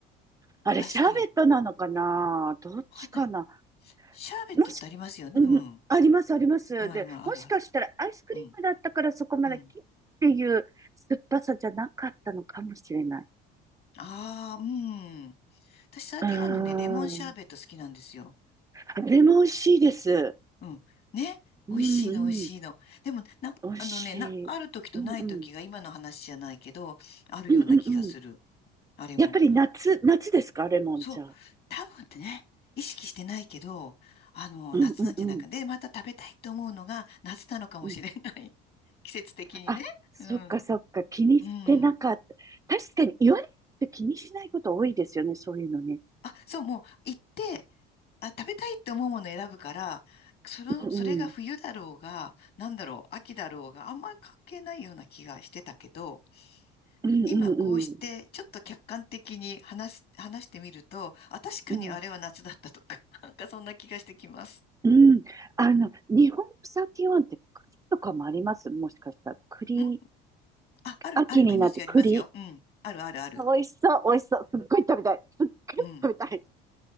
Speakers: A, on the right (about 15°); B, on the left (about 50°).
A: あれ、
B: アイスクリーム。
A: シャーベットなのかなどっちかな
B: わかんない。シャーベットってありますよね。
A: もし、うん、
B: うん。
A: あります、あります。
B: うん、あります。
A: で、もしかしたらアイスクリームだったからそこまでキッっていう酸っぱさじゃなかったのかもしれない。
B: あるある。うん。うん。ああ、うん。私、サーティワンのね、
A: うー
B: レモンシャーベット好きなんですよ。
A: ん。あれも美味しいです。
B: うん。ね。
A: うんうん。
B: 美味しいの、美味しいの。でも、な、
A: 美味しい。
B: あのね、な、ある時とない時が今の話じゃないけど、
A: うんうん。
B: あるような気がする。
A: うんうんうん。
B: あれも。
A: やっぱり夏、夏ですか、レモンじゃあ。
B: そう。多分ってね、意識してないけど、あの、
A: うんうんうん。
B: 夏なんじゃないか。で、また食べたいと思うのが夏なのかもしれない。
A: うん。
B: <laughs> 季節的にね。
A: あ、そっかそっか。
B: うん。
A: 気にしてなかった。
B: うん。
A: 確かに言われて気にしないこと多いですよね、そういうのね。
B: あ、そう、もう行って、あ、食べたいって思うものを選ぶから、その、
A: うん
B: それが冬だろうが、なんだろう、秋だろうがあんまり関係ないような気がしてたけど、
A: うん。
B: 今こうしてちょっと客観的に話す、
A: うんうんうん。
B: 話してみると、あ、確かにあれは夏だったとか、
A: うん。
B: <laughs> なんかそんな気がしてきます。
A: うん。あの、日本サーティワンって栗とかもありますもしかしたら。栗、
B: んあ、ある、
A: 秋になって栗。
B: ある、ありますよ、ありますよ。うん。ある、ある、ある。
A: 美味しそう、美味しそう。すっごい食べたい。すっごい
B: うん。
A: 食べたい。